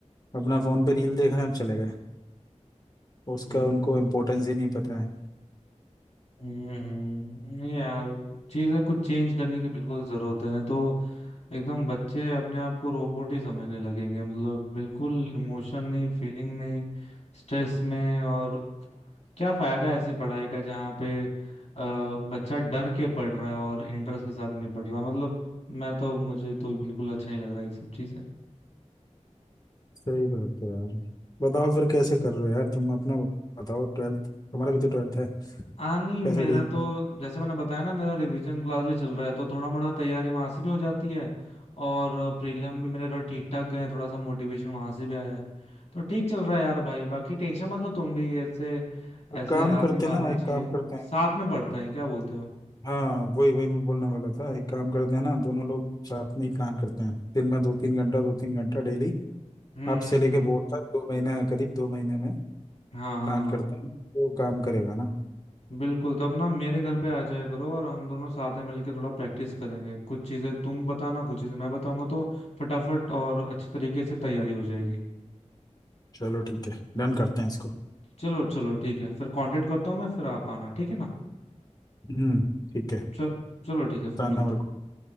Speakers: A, on the left; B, on the left.
A: अपना फोन पे रील देख रहे हैं अब चले गए उसका
B: हम्म
A: उनको इम्पोर्टेंस ही नहीं पता है
B: हम्म, नहीं यार चीजें कुछ चेंज करने की बिल्कुल जरूरत है ना तो एकदम बच्चे अपने आप को रोबोट ही समझने लगेंगे मतलब बिल्कुल इमोशन नहीं फीलिंग नहीं स्ट्रेस में और क्या फायदा है ऐसी पढ़ाई का जहाँ पे अ, बच्चा डर के पढ़ रहा है और इंटरेस्ट के साथ नहीं पढ़ रहा मतलब मैं तो मुझे तो बिल्कुल अच्छा नहीं लग रहा है ये सब चीजें
A: सही बात है यार बताओ फिर कैसे कर रहे हो यार तुम अपना बताओ ट्वेल्थ हमारा भी तो ट्वेल्थ है
B: हाँ नहीं मेरा
A: कैसे डील
B: तो
A: कर
B: जैसे मैंने बताया ना मेरा रिवीजन क्लास भी चल रहा है तो थोड़ा मोड़ा तैयारी वहां से भी हो जाती है और प्रीलिम भी मेरे थोड़ा ठीक ठाक गए हैं थोड़ा सा मोटिवेशन वहां से भी आया है तो ठीक चल रहा है यार भाई बाकी टेंशन मत लो तुम भी ऐसे
A: एक
B: ऐसे
A: काम
B: हार
A: करते
B: नहीं मारना
A: हैं ना एक
B: चाहिए
A: काम करते हैं
B: साथ में पढ़ते हैं क्या बोलते हो
A: हाँ वही वही मैं बोलने वाला था एक काम करते हैं ना दोनों लोग साथ में ही प्लान करते
B: हम्म
A: हैं दिन में दो तीन घंटा दो तीन घंटा डेली
B: हम्म
A: आपसे लेके
B: हम्म
A: बोर्ड तक दो महीने करीब दो महीने में
B: हाँ हाँ
A: प्लान
B: हाँ
A: करते हैं तो काम करेगा ना
B: बिल्कुल तब ना मेरे घर पे आ जाया करो और हम दोनों साथ में मिलके थोड़ा प्रैक्टिस करेंगे कुछ चीजें तुम बताना कुछ चीजें मैं बताऊंगा तो फटाफट और अच्छी तरीके से तैयारी हो जाएगी
A: चलो ठीक है डन करते हैं इसको
B: चलो चलो ठीक है फिर कांटेक्ट करता हूँ मैं फिर आप आना ठीक है ना
A: हम्म ठीक है
B: चल चलो ठीक है
A: बताना
B: फिर मिलते
A: मेरे
B: हैं
A: को